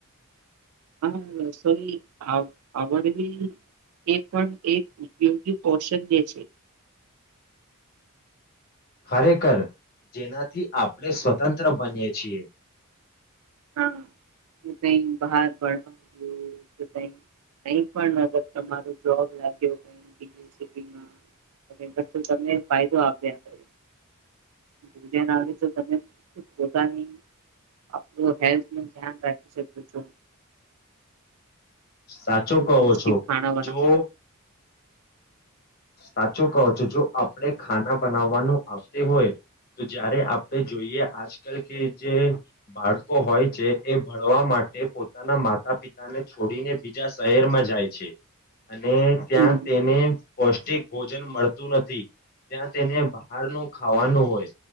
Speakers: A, on the right; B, on the left.
A: હા રસોઈ આવડવી એ પણ એક ઉપયોગી કૌશલ્ય છે.
B: ખરેખર જેનાથી આપણે સ્વતંત્ર બનીએ છીએ.
A: હા કે કઈ બહાર ભણવા કે કંઈક પણ તમારો જોબ લાગ્યો બીજી સીટી મા તો પણ ફાયદો આપીયા કરે ભજન આવે તો ત પોતાની તો હેલ્થ નું ધ્યાન રાખી શકો છો.
B: સાચો કહો
A: પૌષ્ટિક
B: છો
A: ખાણા બનાવ
B: જો સાચું કહો છો જો આપણે ખાના બનાવવાનું આપતી હોય તો જ્યારે આપણે જોઈએ આજકાલ કે જે બાળકો હોય છે એ, ભણવા માટે પોતાના માતા પિતાને છોડીને બીજા શહેરમાં જાય છે. અને ત્યાં
A: હમ
B: તેને પૌષ્ટિક ભોજન મળતું નથી, ત્યાં તેને બહારનું ખાવાનું હોય.